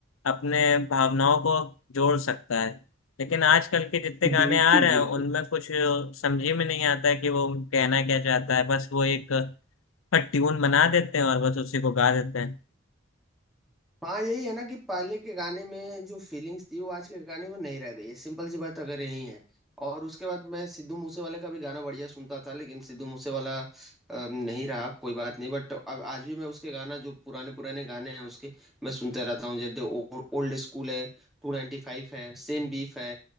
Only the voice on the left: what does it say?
अपने भावनाओं को जोड़ सकता है लेकिन आजकल के जितने गाने
आ रहे
हैं उनमें कुछ समझ ही में नहीं आता है कि वो कहना क्या चाहता है बस वो एक ट्यून बना देते हैं और बस उसी को गा देते हैं